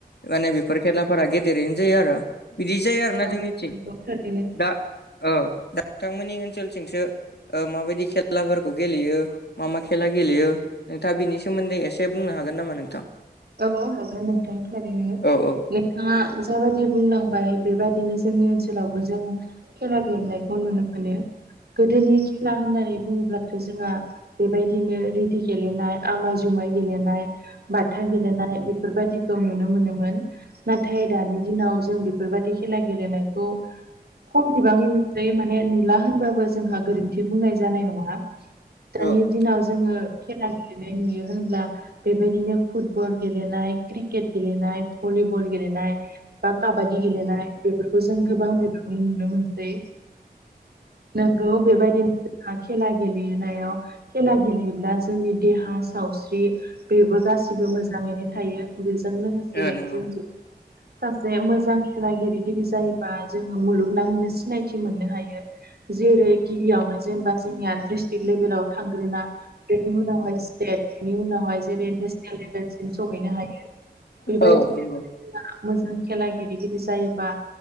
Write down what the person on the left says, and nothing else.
माने बेफोर खेलाफोरा गेदेरैनो जायो आरो बिदि जाया जोंनिथिं
दा ओ दा नोंथांमोननि ओनसोलथिंसो माबायदि खेलाफोरखौ गेलेयो मा मा खेला गेलेयो नोंथाङा बिनि सोमोन्दै एसे बुंनो हागोन नामा नोंथां
औ औ
औ
औ नंगौ
औ नंगौ